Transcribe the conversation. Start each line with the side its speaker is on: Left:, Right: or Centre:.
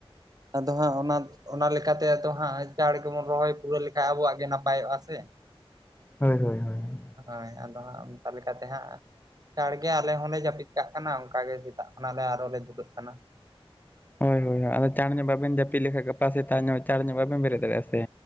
Right: ᱟᱫᱚ ᱦᱟᱸᱜ ᱚᱱᱟ ᱚᱱᱟ ᱞᱮᱠᱟᱛᱮ ᱟᱫᱚ ᱦᱟᱸᱜ ᱪᱟᱲ ᱜᱮᱵᱚᱱ ᱨᱚᱦᱚᱭ ᱯᱩᱨᱟᱹᱣ ᱞᱮᱠᱷᱟᱡ ᱟᱵᱚᱣᱟᱜ ᱜᱮ ᱱᱟᱯᱟᱭᱚᱜᱼᱟ ᱥᱮ।
Left: ᱦᱳᱭ ᱦᱳᱭ ᱦᱳᱭ।
Right: ᱦᱳᱭ ᱟᱫᱚ ᱦᱟᱸᱜ ᱚᱱᱠᱟ ᱞᱮᱠᱟᱛᱮ ᱦᱟᱸᱜ ᱪᱟᱲ ᱜᱮ ᱟᱞᱮ ᱦᱚᱸᱞᱮ ᱡᱟᱹᱯᱤᱫ ᱠᱟᱜ ᱠᱟᱱᱟ ᱚᱱᱠᱟ ᱜᱮ ᱥᱮᱛᱟᱜ ᱠᱷᱚᱱᱞᱮ ᱟᱨᱦᱚᱸ ᱞᱮ ᱫᱷᱩᱨᱟᱹᱜ ᱠᱟᱱᱟ।
Left: ᱦᱳᱭ ᱦᱳᱭ ᱟᱫᱚ ᱪᱟᱲ ᱧᱚᱜ ᱵᱟᱵᱮᱱ ᱡᱟᱹᱯᱤᱫ ᱞᱮᱠᱷᱡ ᱜᱟᱯᱟ ᱥᱮᱛᱟᱜ ᱧᱚᱜ ᱪᱟᱬ ᱧᱚᱜ ᱵᱟᱵᱮᱱ ᱵᱮᱨᱮᱫᱟᱲᱮᱭᱟᱜᱼᱟ ᱥᱮ।